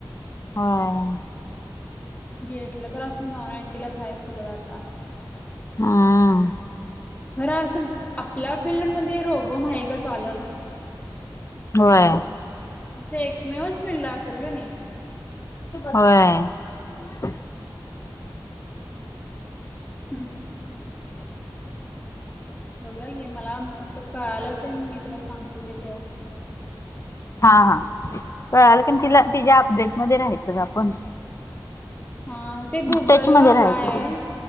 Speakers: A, on the left; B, on the left.
A: ह.
B: घेटलं तर असं नॉन आयटीलाच आहे सगळं आता.
A: हम.
B: बरं असं आपल्या फिल्डमध्येध्ये रोबोन आहे ग चालत.
A: होय.
B: असं एकमेवच फिळला असेल का नाही.
A: होय. <inaudible>
B: हम् बघा गे मला असं कळालं ते मी तुला सांगतो गे तेव्हा.
A: हा हा कळाल कण तिला तिच्या्या अपडेट मध्ये राहायचं ग आपण.
B: हा ते गुगल
A: टच मध्ये
B: ला
A: राहायचं
B: हाय.
A: तिला.